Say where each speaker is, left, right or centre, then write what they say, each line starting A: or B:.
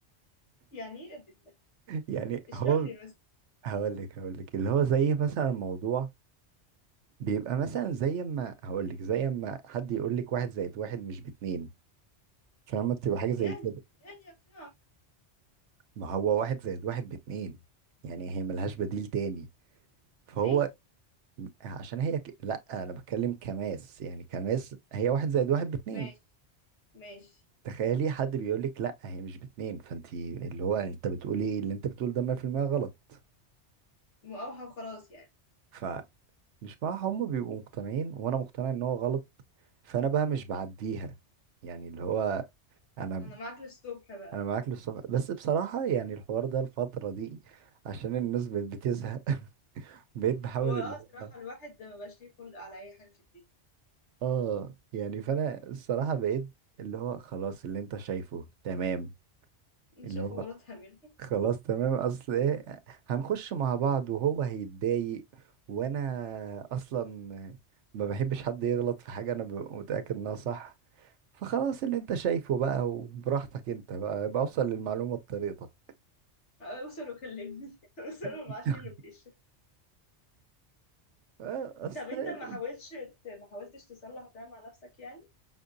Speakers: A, on the left; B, on the right.
A: يعني ايه ادلك
B: يعني
A: اشرح
B: هو
A: لي بس
B: هقول لك هقول لك اللي هو زي مثلا موضوع بيبقى مثلا زي ما هقول لك زي ما حد يقول لك واحد زائد واحد مش باتنين فاهمة بتبقى حاجة
A: اقنعني
B: زي كده
A: اقنعني اقنعك
B: ما هو واحد زائد واحد باتنين يعني هي ملهاش بديل تاني فهو
A: ليه
B: عشان هي ك... لا انا بتكلم كماس يعني كماس هي واحد زائد واحد باتنين
A: ماشي ماشي
B: تخيلي حد بيقولك لا هي مش باتنين فانتي اللي هو انت بتقولي ايه اللي انت بتقوله ده 100% غلط
A: مقاوحة وخلاص يعني
B: فمش مع هم بيبقوا مقتنعين وانا مقتنع ان هو غلط فانا بقى مش بعديها يعني اللي هو انا
A: انا معاك للصبح بقى
B: انا معاك للصبح بس بصراحة يعني الحوار ده الفترة دي عشان الناس بقت بتزهق <laughs> بقيت بحاول
A: هو اه
B: اللي هو
A: صراحة الواحد ده مبقاش ليه خلق على اي حاجة في الدنيا
B: اه يعني فانا الصراحة بقيت اللي هو خلاص اللي انت شايفه تمام
A: انت
B: اللي
A: شايفه
B: هو
A: غلط هعمله
B: خلاص تمام اصل ايه هنخش مع بعض وهو هيتضايق وانا اصلا ما بحبش حد يغلط في حاجة انا ببقى متأكد انها صح فخلاص اللي انت شايفه بقى وبراحتك انت بقى بوصل للمعلومة بطريقتك
A: اوصل وكلمني <laughs> اوصل وابعتلي
B: <laughs>
A: اللوكيشن
B: آه، اصل
A: طب انت ما حاولتش ما حاولتش تصلح ده مع نفسك يعني